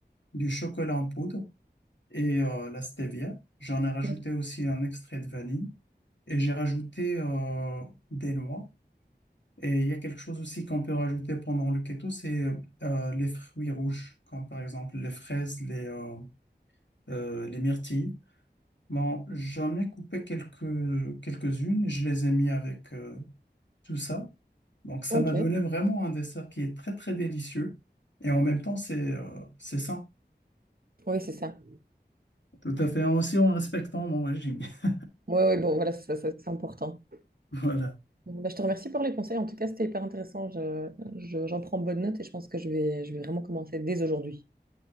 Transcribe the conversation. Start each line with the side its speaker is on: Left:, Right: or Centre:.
Left: du chocolat en poudre et euh, la stevia. J'en ai rajouté
Right: Ouais.
Left: aussi un extrait de vanille et j'ai rajouté euh, des noix. Et il y a quelque chose aussi qu'on peut rajouter pendant le keto, c'est euh, les fruits rouges, comme par exemple les fraises, les, euh, euh, les myrtilles. Bon, j'en ai coupé quelques, quelques-unes et je les ai mis avec euh, tout ça. Donc, ça
Right: Ok,
Left: m'a donné vraiment un dessert qui est très, très délicieux. Et en même temps, c'est euh, c'est sain.
Right: oui, c'est ça.
Left: Tout à fait. Aussi en respectant mon régime. <laughs>
Right: Oui, oui, bon, voilà, c'est ça, ça, c'est important.
Left: Voilà.
Right: Bon, bah, je te remercie pour les conseils. En tout cas, c'était hyper intéressant. Je, je- j'en prends bonne note et je pense que je vais, je vais vraiment commencer dès aujourd'hui.